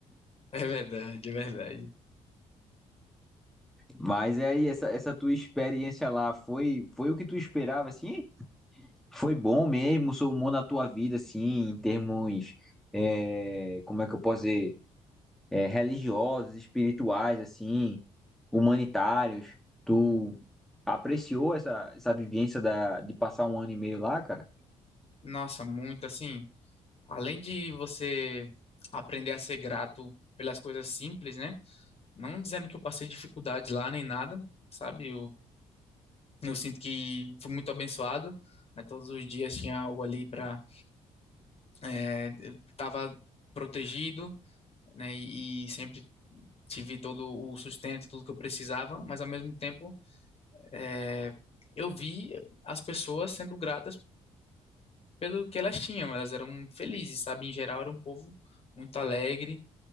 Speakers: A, on the left (about 45°); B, in the centre.
A: É verdade, é verdade.
B: Mas é aí, essa, essa tua experiência lá foi, foi o que tu esperava, assim? Foi bom mesmo, somou na tua vida, assim, em termos. é, como é que eu posso dizer? é, religiosos, espirituais, assim, humanitários. Tu apreciou essa, essa vivência da, de passar um ano e meio lá, cara?
A: Nossa, muito assim. Além de você aprender a ser grato pelas coisas simples, né? Não dizendo que eu passei dificuldade lá nem nada, sabe? Eu sinto que fui muito abençoado, né? Todos os dias tinha algo ali para é, eu estava protegido, né? E, e sempre tive todo o sustento, tudo que eu precisava, mas ao mesmo tempo é, eu vi as pessoas sendo gratas pelo que elas tinham, elas eram felizes, sabe? Em geral era um povo muito alegre